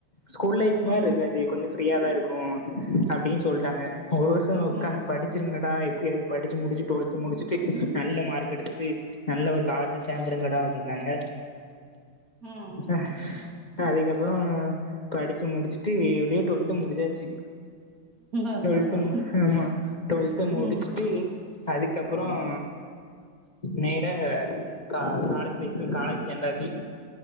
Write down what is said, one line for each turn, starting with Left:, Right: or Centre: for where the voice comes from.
Left: ஸ்கூல் லைஃப்
Right: ம்
Left: மாரி இருக்காது கொஞ்ச ஃப்ரீயா தா இருக்கு அப்டின் சொல்ட்டாங்க ஒரு வருஷ
Right: ம்
Left: ஒக்காந்து படிச்சிருங்க கா எப்படியாது படிச்சு முடிச்சு டுவல்த் முடிச்சுட்டு நல்ல மார்க் எடுத்துட்டு நல்ல ஒரு காஜேஜ் சேந்திரங்கடா அப்டின்னாங்க
Right: ம் ம்
Left: ஆ அதுக்கப்புறோ படிச்சு முடிச்சுட்டு எப்படியோ டுவெல்த் முடிச்சாச்சு
Right: அதா
Left: டுவெல்த்து
Right: அதா
Left: ஆமா டுவெல்த்து
Right: ம்
Left: முடிச்சுட்டு அதுக்கப்புறம் நேற கா காலேஜ் லைஃப்பு காலேஜ் சேந்தாச்சு